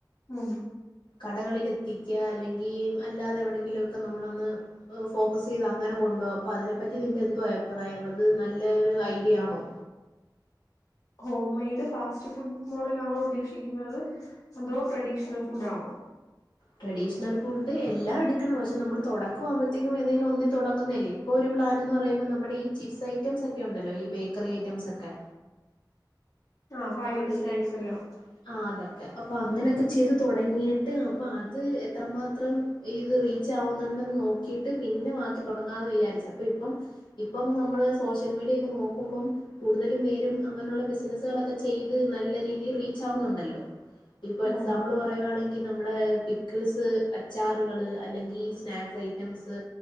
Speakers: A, on the left; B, on the left.
A: ഉം.
B: കടകളിൽ എത്തിക്ക, അല്ലെങ്കിൽ അല്ലാതെ എവിടെങ്കിലും ഒക്കെ നമ്മളൊന്ന് ഫോക്കസ് ചെയ്ത് അങ്ങനെ കൊണ്ട്പോകാം. അപ്പോ അതിനെപ്പറ്റി നിന്റെ എന്തോ അഭിപ്രായം. അത് നല്ല ഒരു ഐഡിയ ആണോ?
A: Home made fast food, model ആണോ ഉദ്ദേശിക്കുന്നത് അതോ ട്രഡീഷണൽ ഫുഡ് ആണോ?
B: ട്രഡീഷണൽ ഫുഡ്, എല്ലാം എടുക്കണം. പക്ഷെ നമ്മള് തുടക്ക ആകുമ്പോത്തേക്കും ഏതെങ്കിലും ഒന്നി തുടങ്ങുന്നതല്ലേ ഇപ്പോൾ ഒരു പ്ലാന് എന്ന് പറയുമ്പോൾ നമ്മടെ ഈ ചിപ്സ് ഐറ്റംസ് ഒക്കെ ഉണ്ടല്ലോ, ഈ ബേക്കറി ഐറ്റംസ് ഒക്കെ
A: ആ ഫ്രൈഡ്
B: നമ്മുടെ
A: സ്നാക്സ്
B: ഈ
A: എല്ലാം
B: ആ, അതൊക്കെ അപ്പൊ അങ്ങനെയൊക്കെ ചെയ്ത് തൊടങ്ങിട്ട്, അപ്പൊ അത് എത്രമാത്രം ഇത് റീച്ച് ആവുന്നുണ്ടന്ന് നോക്കിട്ട് പിന്നെ ബാക്കി തുടങ്ങാമന്ന് വിചാരിച്ചു അപ്പൊ ഇപ്പം ഇപ്പം നമ്മള് സോഷ്യൽ മീഡിയ ഒക്കെ നോക്കുമ്പം കൂടുതലും പേരും അങ്ങനെയുള്ള ബിസിനസുകളൊക്കെ ചെയ്ത് നല്ല രീതിയിൽ റീച്ച് ആവുന്നുണ്ടല്ലോ. ഇപ്പൊ
A: ഉം
B: എക്സാമ്പിൾ പറ പറയുവാണെങ്കിൽ നമ്മുടെ പിക്കിൾസ് അച്ചാറുകൾ, അല്ലെങ്കിൽ സ്നാക്സ് ഐറ്റംസ്